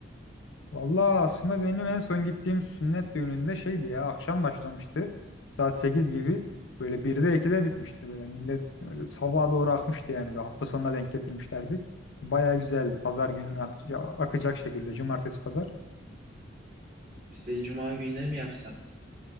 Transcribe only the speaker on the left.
Vallahi aslında benim en son gittiğim sünnet düğününde şeydi ya akşam başlamıştı. Saat 8 gibi böyle 1'de 2'de bitmişti böyle. Millet böyle sabaha doğru akmıştı yani. Bir hafta sonuna denk getirmişlerdi. Baya güzeldi. Pazar gününe ak- ya- akacak şekilde. Cumartesi pazar.